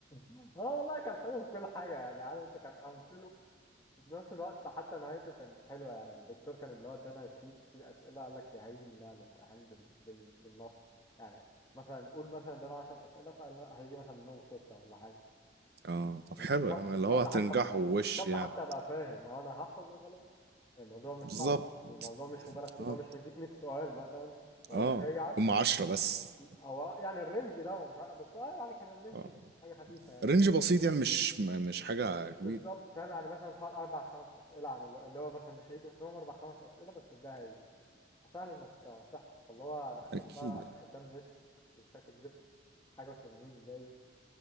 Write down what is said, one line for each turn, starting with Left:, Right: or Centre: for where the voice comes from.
Left: اه والله كان حلو في كل حاجه يعني عارف انت كان امثله وفي نفس الوقت حتى نهايته كانت حلوة يعني الدكتور كان اللي هو ادانا شيت فيه أسئلة قال لك هيجي منها الامتحان بال... بال... بالنص يعني مثلا قول مثلا ادانا 10 أسئلة فقال م- هيجي مثلا منهم ستة ولا حاجة
Right: اه طب
Left: مش
Right: حلو
Left: شرط
Right: يا عم اللي
Left: مش شرط
Right: هو هتنجحوا
Left: حتى ابقى
Right: وش
Left: مش شرط
Right: يعني
Left: حتى ابقى فاهم آه، انا هحفظ وخلاص يعني الموضوع مش
Right: بالظبط
Left: صعب والموضوع مش مبالغ فيه
Right: اه
Left: اللي هو مش مديك 100 سؤال مثلا وقايل
Right: اه
Left: لك هيجي 10
Right: هم عشرة بس
Left: هو يعني الرينج ده هو مش عارف بس اه يعني كان الرينج
Right: اه
Left: ده حاجة خفيفة يعني.
Right: رينج بسيط يعني مش م- مش حاجة كبيرة
Left: بالظبط فاهم يعني مثلا فرق اربع خمس اسئله عن اللي اللي هو مثلا مش هيجي منهم اربع خمس اسئله بس ده هيجي سهل انك آه، تحفظ فاللي هو انا ختمتها
Right: اكيد يعني.
Left: ختام مسك مش فاكر جبت حاجه و80 باين